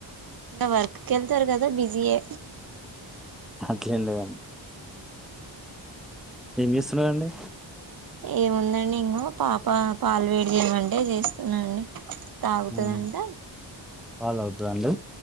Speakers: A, on the right; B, in the centre.
A: వర్క్ కెళ్తారు కదా బిజే
B: అట్లేం లేదండి ఏం చేస్తున్నా ఆన్డి
A: ఏముందండి ఇంకా పాప పాలు వేడి చేమమంటే చేస్తున్నాండి తాగుతుదంట
B: ఉమ్ పాలు తాగుతుదా అండి